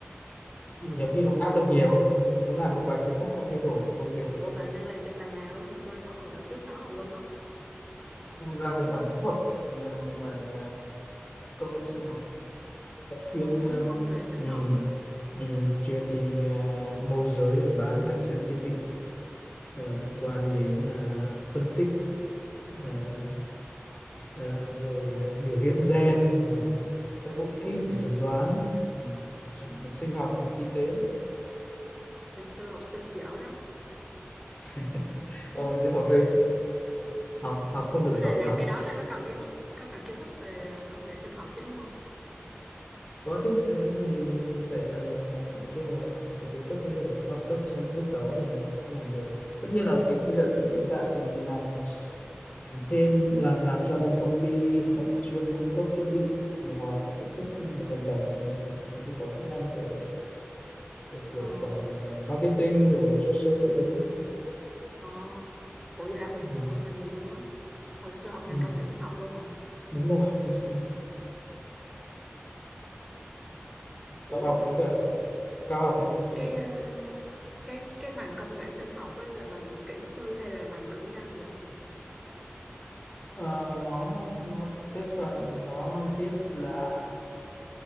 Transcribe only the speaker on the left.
nhiều khi nó áp lực nhiều ấy. Mình muốn làm một vài thứ khác là thay đổi công việc
đi
mình làm về mảng kỹ thuật làm về mảng à, công nghệ sinh học chuyên
um,
ừm,
ừm, chuyên đi à, môi giới à, bán các trang thiết bị ờ, liên quan đến à, phân tích ờ, ờ, rồi à, biểu hiện gen rồi các bộ kit
để chuẩn đoán ừm, chuẩn- sinh học y tế
<laughs> ông dư học dây học học không
được giỏi
lắm
có chứ cái đấy thì phải cần ờ, nói chung là phải có kiến thức như để bằng cấp trong cái lúc đó thì mới làm được tất nhiên là cái bây giờ
hiện tại thì làm làm thêm làm làm cho một công ty họ chuyên cung cấp thiết bị nhưng mà kiến thức và nền tảng thì mình cũng mình phải có kỹ năng rồi rồi kiểu
quản ờ, marketing rồi chốt sale các thứ
ừ.
Ừ.
đúng rồi đúng rồi
đại học với cả cao học này cũng sẽ
Ờ, nó nó tiếp dạng nó biết là